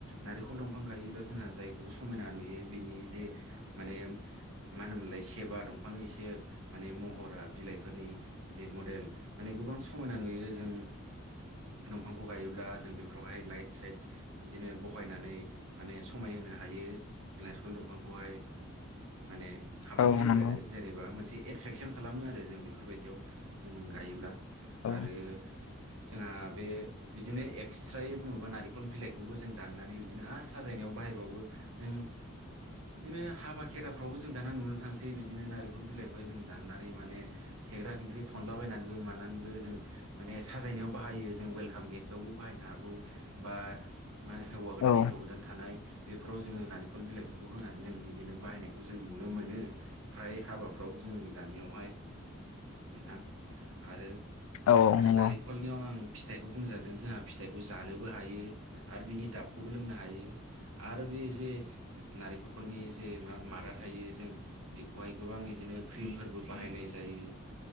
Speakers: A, on the right; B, on the left.
A: नारेंखल दंफां गायोब्ला जोंहा जाय बे समायना नुयो बिनि जे माने मा होनोमोनलाय सेबा दंफांनि सेब माने महरा बिलाइफोरनि जे मडेल माने गोबां समायना नुयो जों दंफांखौ गायोब्ला जों बेफोरावहाय लाइट साइट बिदिनो बहायनानै माने समायहोनो हायो नरेंखल दंफांखौहाय। माने खामानि
B: औ
A: होयो
B: नंगौ
A: आरो जेनेबा मोनसे एट्रेकसन खालामो आरो जों बेफोरबायदियाव जों गायोब्ला।
B: औ
A: आरो जोंहा बे बिदिनो एक्सट्रायै बुङोबा नारेंखल बिलाइखौबो जों दाननानै बिदिनो आरो साजायनायाव बाहायबावो। जों बिदिनो हाबा खेराफ्रावबो जों दाना नुनो थांसै बिदिनो नारेंखल बिलाइखौहाय जों दाननानै माने खेंख्रा खेंख्रि थनला बायनानैबो मानानैबो जों माने साजायनायाव बाहायो जों वेलकाम गेटावबो बाहायनो हागौ बा मा हौवा गोदान
B: औ
A: हिनजाव गोदान थानाय बेफोराव जोङो नारेंखल बिलाइफोरखौ होनानै जों बिदिनो बाहायनायखौ जों नुनो मोनो। फ्राय हाबाफ्राव जोंनि दानियावहाय ओनथां आरो
B: औ
A: आरो
B: नंगौ
A: नारिखलनियाव आं आं फिथाइखौ बुंनो जादों जोंहा फिथाइखौ जानोबो हायो आरो बिनि दाबखौबो लोंनो हायो। आरो बे जे नारेंखलनि जे मा मादा थायो जों बेखौहाय गोबां बिदिनो क्रिमफोरबो बाहायनाय जायो।